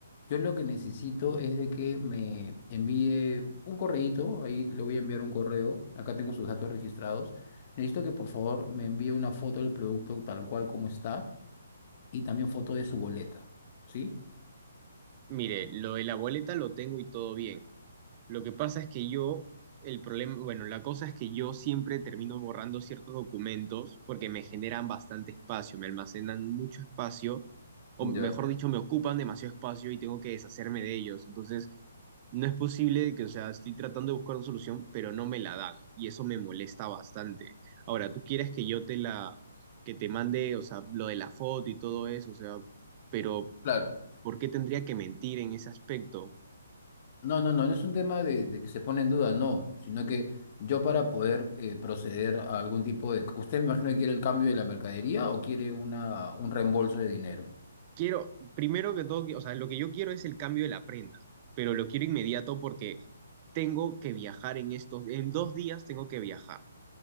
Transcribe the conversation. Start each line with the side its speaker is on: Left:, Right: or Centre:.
Left: Yo lo que necesito es de que me envíe un correíto, ahí le voy a enviar un correo, acá tengo sus datos registrados. Necesito que por favor me envíe una foto del producto tal cual como está y también foto de su boleta, ¿sí?
Right: Mire, lo de la boleta lo tengo y todo bien. Lo que pasa es que yo, el problema, bueno, la cosa es que yo siempre termino borrando ciertos documentos porque me generan bastante espacio, me almacenan mucho espacio, o
Left: Ya,
Right: mejor dicho, me ocupan demasiado espacio y tengo que deshacerme de ellos. Entonces, no es posible que, o sea, estoy tratando de buscar una solución, pero no me la dan y eso me molesta bastante. Ahora, tú quieres que yo te la, que te mande, o sea, lo de la foto y todo eso, o sea, pero
Left: claro.
Right: ¿por qué tendría que mentir en ese aspecto?
Left: No, no, no, no es un tema de, de que se pone en duda, no, sino que yo para poder eh, proceder a algún tipo de... ¿Usted me imagino que quiere el cambio de la mercadería o quiere una, un reembolso de dinero?
Right: Quiero, primero que todo, que- o sea, lo que yo quiero es el cambio de la prenda, pero lo quiero inmediato porque tengo que viajar en estos, en dos días tengo que viajar.